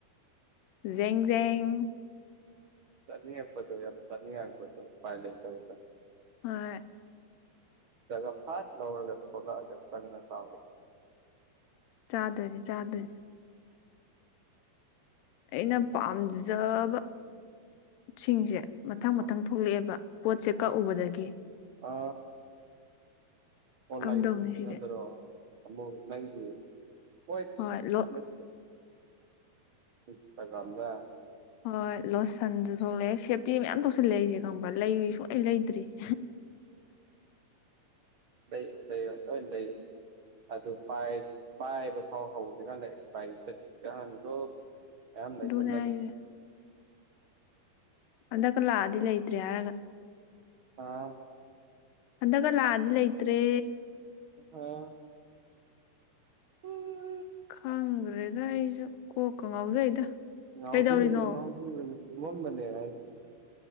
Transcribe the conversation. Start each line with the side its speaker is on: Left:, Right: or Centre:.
Left: ꯖꯦꯡꯖꯦꯡ
Right: ꯆꯅꯤ ꯍꯥꯏꯥꯛꯄꯗ ꯌꯥꯝ ꯆꯅꯤ ꯍꯥꯏꯥꯛꯕꯗꯨ ꯃꯥꯥꯏ ꯂꯩꯇ ꯍꯒ
Left: ꯍꯣꯏ
Right: ꯖꯒꯥ ꯐꯔ ꯗꯧꯔꯒ ꯊꯣꯂꯒꯠ ꯆꯅꯤꯡ ꯉꯁ
Left: ꯆꯥꯗꯅꯤ ꯆꯥꯗꯅꯤ ꯑꯩꯅ ꯄꯥꯝꯖꯕ ꯁꯤꯡꯁꯦ ꯃꯊꯪ ꯃꯊꯪ
Right: ꯑꯥ
Left: ꯊꯣꯛꯂꯛꯑꯦꯕ ꯄꯣꯠꯁꯦ ꯀꯛꯎꯕꯗꯒꯤ
Right: ꯑ ꯑꯣꯟꯂꯥꯏꯟ
Left: ꯀꯝꯗꯧꯅꯤ
Right: ꯌꯦꯅ
Left: ꯁꯤꯗꯤ
Right: ꯇꯔꯣ ꯑꯃꯃꯨ ꯅꯪꯕꯤ ꯑꯣ
Left: ꯍꯣꯏ ꯂꯣ
Right: ꯅꯠꯇ ꯏꯟꯁꯇꯒ꯭ꯔꯝꯗ
Left: ꯍꯣꯏ ꯂꯣꯠꯁꯟꯁꯨ ꯊꯣꯛꯂꯛꯑꯦ ꯁꯦꯞꯇꯤ ꯃꯌꯥꯝ ꯊꯣꯛꯁꯜꯂꯛꯑꯦ ꯑꯩꯁꯦ ꯈꯪꯕ꯭ꯔꯥ ꯂꯩ ꯁꯨꯡꯂꯩ ꯂꯩꯗ꯭ꯔꯤ <inaudible>
Right: ꯂꯩꯔꯣ ꯂꯩꯔꯣ ꯂꯣꯏ ꯂꯩꯔꯣ ꯑꯗꯨ ꯄꯥꯏꯕ ꯐꯥꯎ ꯍꯧꯗ꯭ꯔꯤꯀꯥꯟꯗ ꯑꯦꯛꯁꯄꯥꯏꯔꯤ ꯆꯠ ꯀꯍꯥꯟꯗꯣ ꯃꯌꯥꯝ ꯂꯩꯁꯜꯂꯒ
Left: ꯑꯗꯨꯅꯦ ꯍꯥꯏꯁꯦ ꯍꯟꯗꯛꯀ ꯂꯥꯛꯑꯗꯤ ꯂꯩꯇ꯭ꯔꯦ ꯍꯥꯏꯔꯒ
Right: ꯑꯥ
Left: ꯍꯟꯗꯀ ꯂꯥꯛꯑꯗꯤ ꯂꯩꯇ꯭ꯔꯦ
Right: ꯑ <unintelligible>
Left: ꯈꯪꯗ꯭ꯔꯦꯗ ꯑꯩꯁꯨ ꯀꯣꯛꯀ ꯉꯥꯎꯖꯩꯗ
Right: ꯉꯥꯎꯕꯤꯔꯨꯅꯨ
Left: ꯀꯩꯗꯧꯔꯤꯅꯣ
Right: ꯉꯥꯎꯕꯤꯔꯨꯅꯨ ꯇꯨꯝꯃꯝꯕꯅꯦ ꯑꯩꯁꯨ